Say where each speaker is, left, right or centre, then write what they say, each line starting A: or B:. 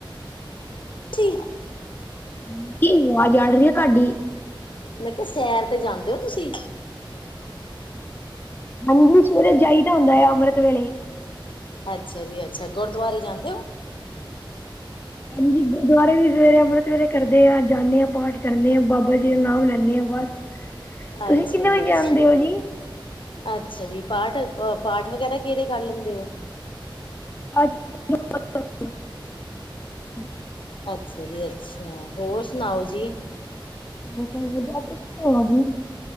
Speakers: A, on the left; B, on the left.
A: ਠੀ।
B: ਆਂਟੀ ਆਵਾਜ਼ ਅੜ ਰਹੀ ਏ ਤੁਹਾਡੀ।
A: ਮੈਂ ਕੇਹਾ ਸੈਰ ਤੇ ਜਾਂਦੇ ਹੋ ਤੁਸੀਂ?
B: ਹਾਂਜੀ, ਸਵੇਰੇ ਜਾਈ ਦਾ ਹੁੰਦਾ ਏ, ਅੰਮ੍ਰਿਤ ਵੇਲੇ।
A: ਅੱਛਾ ਜੀ ਅੱਛਾ, ਗੁਰਦੁਆਰੇ ਜਾਂਦੇ ਹੋ?
B: ਹਾਂਜੀ ਗੁਰਦੁਆਰੇ ਵੀ ਸਵੇਰੇ ਅੰਮ੍ਰਿਤ ਵੇਲੇ ਕਰਦੇ ਆ, ਜਾਂਣੇ ਆਂ, ਪਾਠ ਕਰਨੇ ਆ, ਬਾਬਾ ਜੀ ਦਾ ਨਾਮ ਲੈਂਣੇ ਆਂ। ਬਸ, ਤੁਸੀਂ
A: ਅੱਛਾ
B: ਕਿੰਨੇ ਵਜੇ
A: ਜੀ ਅੱਛਾ।
B: ਜਾਂਦੇ ਹੋ ਜੀ?
A: ਅੱਛਾ ਜੀ, ਪਾਠ ਅ ਪਾਠ ਵਗੈਰਾ ਕਿਹੜੇ ਕਰ ਲੈਂਦੇ ਔ?
B: <unintelligible>
A: ਅੱਛਾ ਜੀ ਅੱਛਾ, ਹੋਰ ਸੁਣਾਓ ਜੀ?
B: ਬਸ ਵਧੀਆ, ਆਪਣੀ ਸੁਣਾਓ ਜੀ?